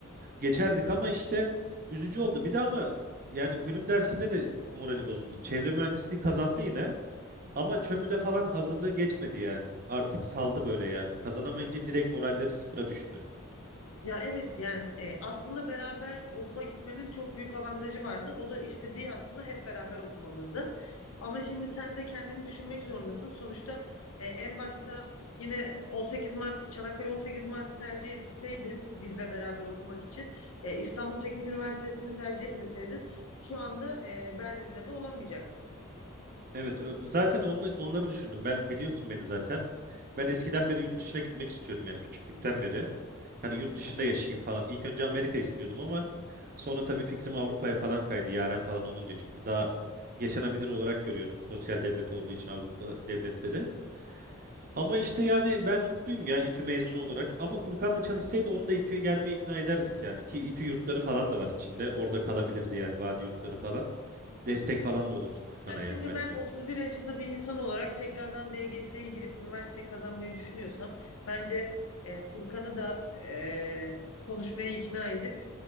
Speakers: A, on the right; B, on the left.
A: Geçerdik ama işte üzücü oldu. Bir de ama yani bölüm dersinde de morali bozuldu. Çevre mühendisliği kazandı yine ama çömüde falan hazırlığı geçmedi yani. Artık saldı böyle yani. Kazanamayınca direkt moralleri sıfıra düştü.
B: Ya evet yani e, aslında beraber okula gitmenin çok büyük avantajı vardı. O da istediği aslında hep beraber okumamızdı. Ama şimdi sen de kendini düşünmek zorundasın. Sonuçta e, en başta yine 18 Mart, Çanakkale 18 Mart'ı tercih etseydin bizle beraber okumak için e, İstanbul Teknik Üniversitesi'ni tercih etmeseydin şu anda e, Berlin'de de olamayacaktın.
A: Evet, ö- zaten onu, onları düşündüm. Ben biliyorsun beni zaten. Ben eskiden beri yurt dışına gitmek istiyorum yani küçüklükten beri. Hani yurt dışında yaşayayım falan. İlk önce Amerika istiyordum ama sonra tabii fikrim Avrupa'ya falan kaydı. Yaren falan olunca çünkü daha yaşanabilir olarak görüyorum. Sosyal devlet olduğu için Avrupa devletleri. Ama işte yani ben mutluyum ya İTÜ mezunu olarak. Ama Furkan da çalışsaydı onu da İTÜ'ye gelmeye ikna ederdik yani. Ki İTÜ yurtları falan da var içinde. Orada kalabilirdi yani vadi yurtları falan. Destek falan da olurdu Furkan'a
B: Ya şimdi
A: yani bence.
B: ben 31 yaşında bir insan olarak tekrardan DGS'ye girip üniversiteyi kazanmayı düşünüyorsam bence e, Furkan'ı da e, konuşmaya ikna edip